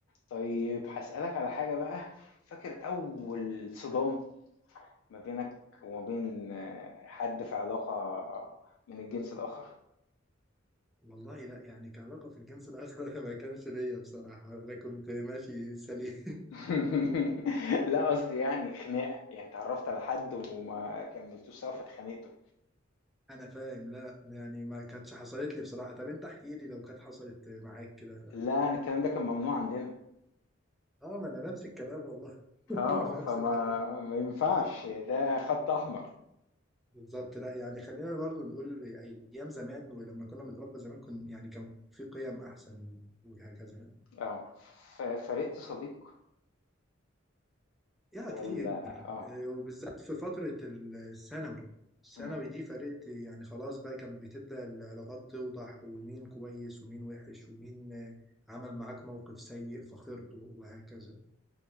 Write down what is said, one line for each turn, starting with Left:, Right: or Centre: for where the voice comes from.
Left: طيب هسألك على حاجة بقى فاكر أول صدام ما بينك وما بين آه، حد في علاقة من الجنس الآخر؟
Centre: والله لا يعني كعلاقة في الجنس الآخر <laughs> أنا ما كانش ليا بصراحة أنا كنت ماشي سليم
Left: <laughs> لا قصدي يعني خناقة يعني تعرفت على حد وما كملتوش سوا فاتخانقتوا
Centre: <laughs> أنا فاهم لا يعني ما كانتش حصلت لي بصراحة طب أنت احكي لي لو كانت حصلت معاك كده
Left: لا الكلام ده كان ممنوع عندنا
Centre: أه ما أنا نفس الكلام والله <laughs>
Left: اه فما
Centre: نفس الكلام
Left: ما ينفعش ده خط أحمر
Centre: بالظبط لا يعني خلينا برضو نقول ايام زمان ولما كنا بنتربى زمان كن يعني كان في قيم احسن و- وهكذا يعني
Left: اه ف- فرقت صديق
Centre: يا
Left: ولا
Centre: كتير
Left: اه
Centre: إيه، وبالذات في فترة ال- الثانوي الثانوي
Left: مم.
Centre: دي فرقت يعني خلاص بقى كان بتبدأ العلاقات توضح ومين كويس ومين وحش ومين آه، عمل معاك موقف سيء فخسرته وهكذا